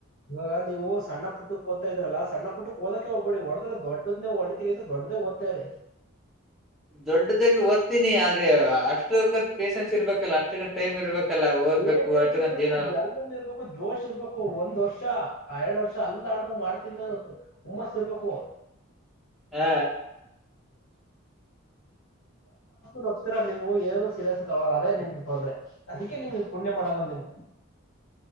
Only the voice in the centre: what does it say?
ದೊಡ್ಡದಕ್ಕೆ ಓದ್ತಿನಿ ಆದ್ರೆ ಅಷ್ಟಕಂತ ಪೇಷೆನ್ಸ್ ಇರ್ಬೇಕಲ್ಲ ಅಷ್ಟ ಕಂತ ಟೈಮ್ ಇರ್ಬೇಕ ಓದ್ಬೇಕು
ಅಷ್ಟಕಾಂತ
ಹ